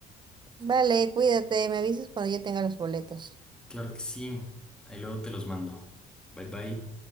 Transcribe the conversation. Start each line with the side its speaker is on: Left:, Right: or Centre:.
Right: Vale, cuídate, me avisas cuando yo tenga los boletos.
Centre: Claro que sí. Ahí luego te los mando. Bye bye.